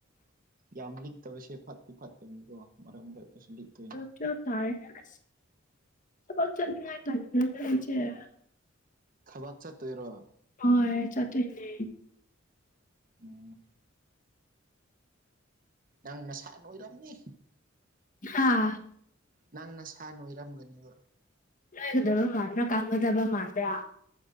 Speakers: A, on the right; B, on the left.
A: ꯌꯥꯝ ꯂꯤꯛꯇꯕꯁꯦ ꯐꯠꯇꯤ ꯐꯠꯇꯕꯅꯤꯀꯣ ꯃꯔꯛ ꯃꯔꯛꯇꯁꯨ ꯂꯤꯛꯇꯣꯏꯅꯤ
B: ꯇꯉ ꯇ ꯍꯥꯏꯦ
A: ꯊꯕꯛ ꯆꯠꯇꯣꯏꯔꯣ
B: ꯍ ꯆꯇꯦꯅꯦ
A: ꯑꯣꯝ ꯅꯪ ꯅꯁꯥ ꯂꯣꯏꯔꯝꯅꯤ
B: ꯍꯥ
A: ꯅꯪꯅ ꯁꯥꯥꯟ ꯅꯣꯏꯔꯝꯒꯅꯦꯕ
B: ꯅꫭꯏꯒꯗꯕ ꯃꯥꯟꯕ꯭ꯔ ꯀꯪꯒꯗꯕ ꯃꯥꯟꯕ꯭ꯔ